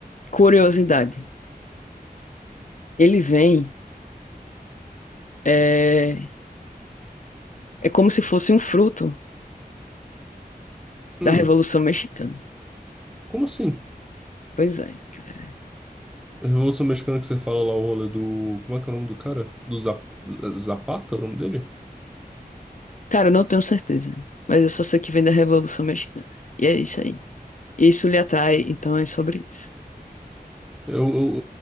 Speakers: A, on the left; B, in the centre.
A: curiosidade. Ele vem eh, É como se fosse um fruto
B: Hum.
A: da Revolução Mexicana.
B: Como assim?
A: Pois é, cara.
B: Revolução Mexicana que você fala lá, o rolê do. Como é que é o nome do cara? Do Za- Zapata, é o nome dele?
A: Cara, eu não tenho certeza, mas eu só sei que vem da Revolução Mexicana. E é isso aí. Isso lhe atrai, então é sobre isso.
B: Eu, eu,